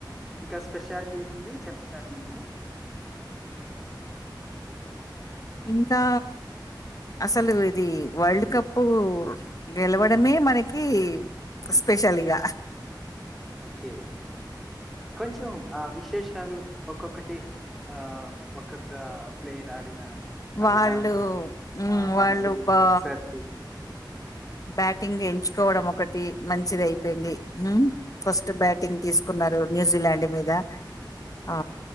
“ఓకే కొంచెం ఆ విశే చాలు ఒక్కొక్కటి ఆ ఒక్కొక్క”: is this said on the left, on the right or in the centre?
Centre